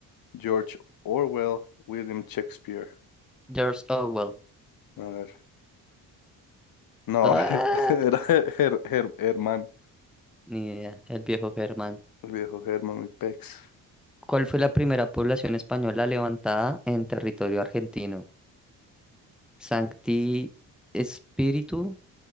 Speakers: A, on the left; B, in the centre.
A: George Orwell. William Shakespeare.
B: George Orwell.
A: A ver. No,
B: Ah,
A: <laughs> era Her- Her- Herman.
B: ni idea, el viejo Germán.
A: El viejo Herman, mi pex.
B: ¿Cuál fue la primera población española levantada en territorio argentino? Sancti Espíritu,